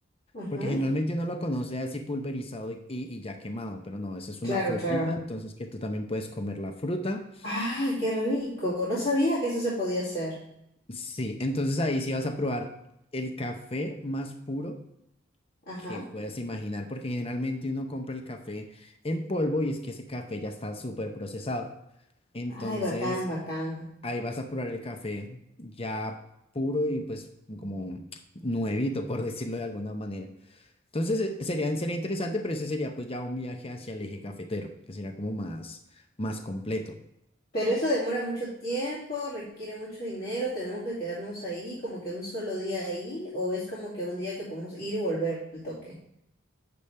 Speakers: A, on the left (about 50°); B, on the left (about 30°).
A: ajá.
B: porque generalmente uno lo conoce así pulverizado y, y- y ya quemado, pero no, esa es
A: Claro,
B: una frutita,
A: claro.
B: entonces que tú también puedes comer la fruta.
A: ¡Ay, qué rico! No sabía que eso se podía hacer.
B: Sí, entonces ahí sí vas a probar el café más puro
A: Ajá.
B: que puedas imaginar, porque generalmente uno compra el café en polvo y es que ese café ya está súper procesado. Entonces,
A: Ay, bacán, bacán.
B: Ahí vas a probar el café ya puro y pues como nuevito, por <laughs> decirlo de alguna manera. Entonces eh, sería, sería interesante, pero ese sería pues ya un viaje hacia el eje cafetero, que sería como más, más completo.
A: Pero eso demora mucho tiempo, requiere mucho dinero, tenemos que quedarnos ahí como que un solo día ahí o es como que un día que podemos ir y volver al toque.